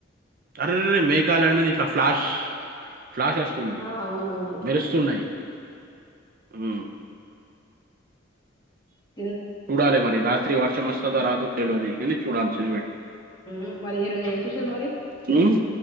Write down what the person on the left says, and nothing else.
ఆ అవునవును
మ్
మ్ మరి ఈ రోజు ఏ స్పెషల్ మరి